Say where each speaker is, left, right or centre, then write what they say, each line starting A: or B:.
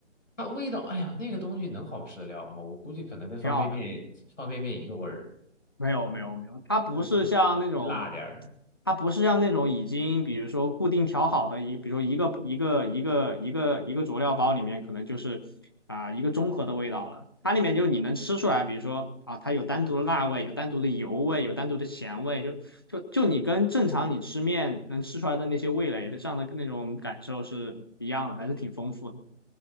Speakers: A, on the left (about 85°); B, on the left (about 20°).
A: 它味道，哎呀，那个东西能好吃得了吗？我估计可能跟方便面方便面一个味儿，
B: 挺好的。没有没有没有，它不是像那种，
A: 就是辣点儿。
B: 它不是像那种已经比如说固定调好的一，比如说一个一个一个一个一个佐料包里面可能就是啊、一个综合的味道了，它里面就你能吃出来，比如说啊它有单独的辣味，有单独的油味，有单独的咸味，就就就你跟正常你吃面能吃出来的那些味蕾的上的那种感受是一样的，还是挺丰富的，